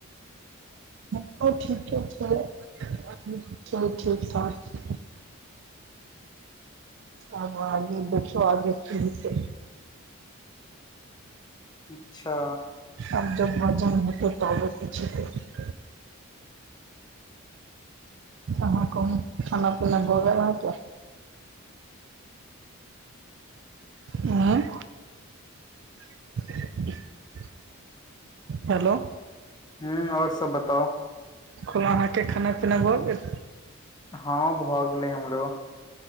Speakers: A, on the right (about 55°); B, on the left (about 20°).
A: हँ ठीके <unintelligible> छै ठीक ठाक आब आगे देखियौ आगे की हेतै
B: अच्छा
A: आब जब भजन होतै तबे कुछ होतै अहाँ कहु खाना पीना भऽ गेल अहाँ के आँय <inaudible> हेलो
B: हम्म आओर सब बताउ
A: खल अहाँके खाना पीना भऽ गेल
B: हँ भऽ गेलै हमर